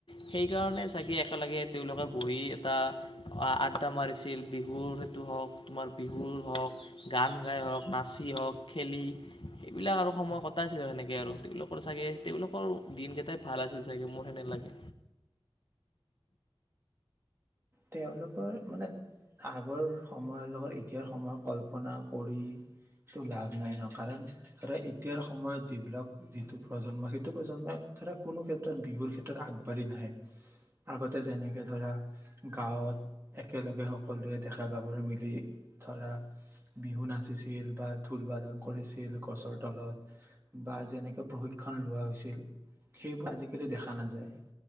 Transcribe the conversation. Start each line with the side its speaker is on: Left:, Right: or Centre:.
Left: সেইকাৰণে চাগে একেলগে তেওঁলোকে বহি এটা আড্ডা মাৰিছিল বিহুৰ সেইটো হওক তোমাৰ বিহুৰ হওক গান গাই হওক নাচি হওক খেলি সেইবিলাক আৰু সময় কটাইছিল আৰু সেনেকে আৰু তেওঁলোকৰ চাগে তেওঁলোকৰ দিনকেইটাই ভাল আছিল চাগে মোৰ সেনে লাগে
Right: তেওঁলোকৰ মানে আগৰ সময়ৰ লগত এতিয়াৰ সময়ত কল্পনা কৰিতো লাভ নাই ন কাৰণ ধৰা এতিয়াৰ সময়ত যিবিলাক যিটো প্ৰজন্ম সেইটো প্ৰজন্মই ধৰা কোনো ক্ষেত্ৰত বিহুৰ ক্ষেত্ৰত আগবাঢ়ি নাহে আগতে যেনেকে ধৰা গাঁৱত একেলগে সকলোৱে ডেকা গাভৰু মিলি ধৰা বিহু নাচিছিল বা ঢোল বাজন কৰিছিল গছৰ তলত বা যেনেকে প্ৰশিক্ষণ লোৱা হৈছিল সেইবোৰ আজিকালি দেখা নাযায়